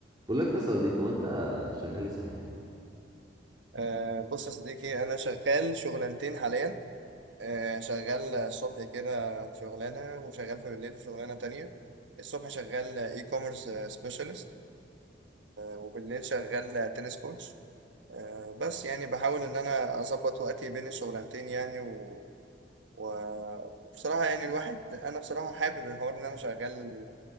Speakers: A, on the right; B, on the right.
A: بقول لك يا صديقي هو انت شغال ايه صحيح
B: أه بص يا صديقي أنا شغال شغلانتين حاليا أه شغال الصبح كده في شغلانة وشغال في بالليل في شغلانة تانية الصبح شغال اي كوميرس سبيشالست وبالليل شغال تنس كوتش أه بس يعني بحاول إن أنا أظبط وقتي بين الشغلانتين يعني و... و... وبصراحة يعني الواحد أنا بصراحة حابب الحوار إن أنا شغال